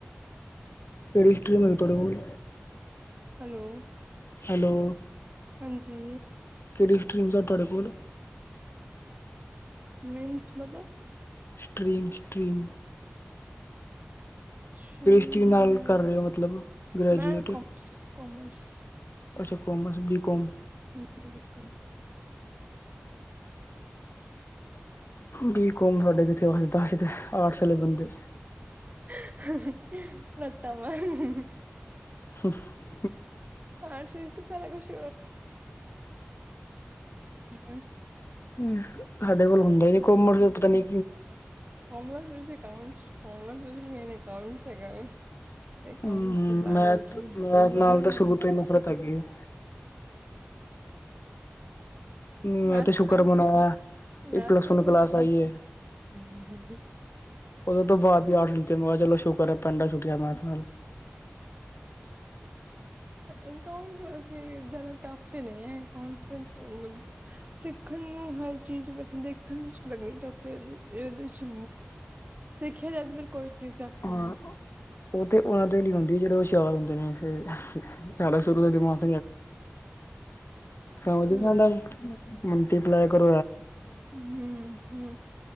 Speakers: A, on the left; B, on the right.
A: ਕਿਹੜੀ ਸਟਰੀਮ ਹੇ ਤੁਹਾਡੇ <unintelligible> ਕੋਲ
B: ਹੈਲੋ
A: ਹੈਲੋ,
B: ਹਾਂਜੀ।
A: ਕਿਹੜੀ ਸਟ੍ਰਰੀਮਸ ਆ ਤੁਹਾਡੇ ਕੋਲ
B: ਮਿੰਸ ਮਤਲਬ
A: ਸਟ੍ਰਰੀਮ, ਸਟ੍ਰਰੀਮ
B: <unintelligible>
A: ਸਟਰੀਮ ਨਾਲ
B: ਮੈਂ
A: ਕਰ ਰਹੇ ਹੋ ਮਤਲਬ ਗ੍ਰੈਜੂਏਟ
B: ਮੈਂ ਕਮਰਸ, ਕਮਰਸ
A: ਅੱਛਾ, ਕਾਮਰਸ ਬੀ ਕੌਮ
B: ਹਾਂਜੀ, ਬੀ ਕੋਮ
A: ਬੀ ਕੋੌਮ ਸਾਡੇ ਕਿਤੇੇ, ਵਸਦਾ ਅਸੀਂ ਤੇ ਆਰਟਸ ਵਾਲੇ ਬੰਦੇ
B: <unintelligible>
A: <inaudible>
B: ਆਰਟਸ ਵਿੱਚ ਤੇ ਸਾਰਾ ਕੁਛ <unintelligible> <unintelligible>
A: ਹੂੰ ਸਾਡੇ ਕੋਲ ਹੁੰਦਾ ਹੀ, ਨੀ ਕੋਮਰ ਪਤਾ ਨੀ
B: ਕਮਰਸ ਅਕਾਊਂਟਸ ਕਮਰਸ ਮੈਨ ਅਕਾਊਂਟਸ ਹੇਗਾ ਏ ਅਕਾਂਟਸ
A: ਮੈਥ
B: ਤੇ ਬਾਇਓ ਲੋਜੀ
A: ਮੈਥ
B: ਬਾਇਓ
A: ਨਾਲ
B: ਲੋਜੀ
A: ਤਾਂ ਸ਼ੁਰੂ ਤੋਂ ਹੀ ਨਫ਼ਰਤ ਹੈਗੀ ਹੈ। ਹੂੰ ਮੈਂ
B: ਮੈਥਸ
A: ਤੇ ਸ਼ੁਕਰ
B: ਤੋਂ
A: ਮਨਾਇਆ
B: ਮੈਥਸ
A: ਐ ਪਲੱਸ
B: ਤੋਂ
A: ਵਨ ਕਲਾਸ
B: ਭੁੱਲ
A: ਆਈ ਹੈ
B: ਗਈ
A: ਉਹਦਦੇ ਤੋਂ ਬਾਅਦ ਵੀ ਆ ਆਰਟਸ ਲੀਤੀ ਮੈਂ ਕਿਹਾ, ਚਲੋ ਸ਼ੁਕਰ ਹੈ ਪਿੰਡਾਂ ਛੁੱਟੀਆਂ ਮੈਥ ਨਾਲ
B: ਅਊਂਟ ਵੈਸੇ ਜ਼ਿਆਦਾ ਟਫ ਤੇ ਨਹੀਂ ਹੈ, ਅਕਾਊਂਟਸ ਤੇ ਸਿੱਖਣ ਨੂੰ ਹਰ ਚੀਜ਼ ਬਸ ਦੇਖਣ ਵਿੱਚ ਲੱਗਣੀ, ਟਫ ਉਹਦੇ ਚ ਸਿੱਖਿਆ ਜਾ ਤਾਂ ਫੇਰ ਕੋਈ ਚੀਜ਼ <unintelligible>
A: ਹਾਂ
B: ਨਹੀਂ ਹੈ।
A: ਉਹ ਤੇ ਉਹਨਾਂ ਦੇ ਲਈ ਹੁੰਦੀ, ਜਦੋਂ ਹੁਸ਼ਿਆਰ ਹੁੰਦੇ ਨੇ ਸਾਹਿਲਾ ਸ਼ੁਰੂ ਦੇ ਦਿਮਾਗ ਸਮਝ
B: ਹਾਂ
A: ਨੀ ਆਂਦਾ ਮਲਟੀਪਲਾਈ ਕਰ
B: ਹੁੰ, ਹੁੰ,